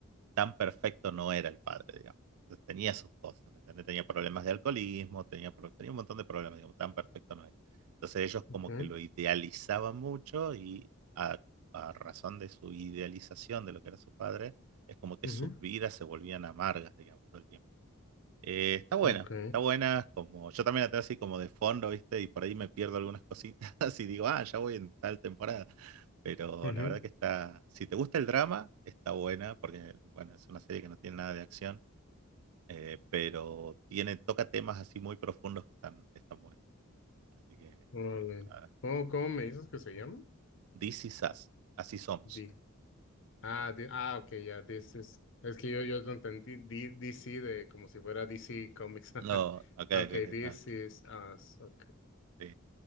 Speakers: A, on the right; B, on the left.
A: tan perfecto no era el padre, digamos. Entonces, tenía sus cosas, ¿me entendés? Tenía problemas de alcoholismo, tenía, tenía un montón de problemas, digamos, tan perfecto no era. Entonces ellos
B: ok,
A: como que lo idealizaban mucho y a, a razón de su idealización de lo que era su padre, es como que
B: ujú,
A: sus vidas se volvían amargas, digamos, todo el tiempo. Eh, está buena,
B: ok,
A: está buena, como yo también la tengo así como de fondo, ¿viste? Y por ahí me pierdo algunas <laughs> cositas y digo, ah, ya voy en tal temporada pero
B: ujú,
A: la verdad que está, si te gusta el drama, está buena, porque bueno, es una serie que no tiene nada de acción, eh, pero tiene, toca temas así muy profundos que están, están buenos. Así que
B: órale.
A: nada,
B: ¿Cómo, cómo me dices que se llama?
A: This is us, así somos.
B: Di. Ah, di- ah, ok, ya, this is- Es que yo, yo no entendí di- DC de como si fuera DC Comics. <laughs>
A: No, ok, ok,
B: Ok,
A: ok,
B: this
A: no,
B: is us. Ok,
A: sí,